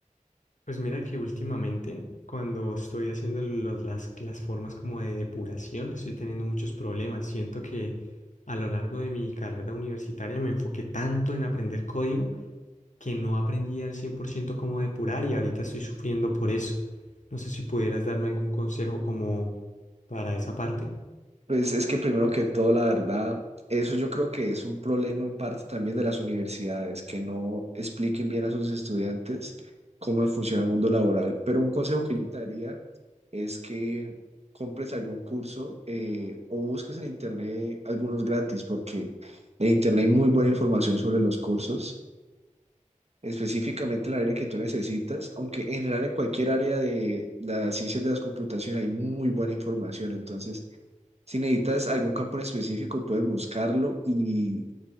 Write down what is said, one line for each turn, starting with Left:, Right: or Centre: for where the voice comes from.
Left: Pues mira que últimamente cuando estoy haciendo los- las, las formas como de depuración, estoy teniendo muchos problemas, siento que a lo largo de mi carrera universitaria me enfoqué tanto en aprender código que no aprendí al 100% cómo depurar y ahorita estoy sufriendo por eso. No sé si pudieras darme algún consejo como para esa parte.
Right: Pues es que primero que todo, la verdad, eso yo creo que es un problema en parte también de las universidades, que no expliquen bien a sus estudiantes cómo funciona el mundo laboral. Pero un consejo que yo te daría es que compres algún curso eh, o busques en internet algunos gratis, porque en internet hay muy buena información sobre los cursos, específicamente en el área que tú necesitas, aunque en general en cualquier área de las ciencias de las computación hay muy buena información. Entonces... Si necesitas algún campo en específico, puedes buscarlo y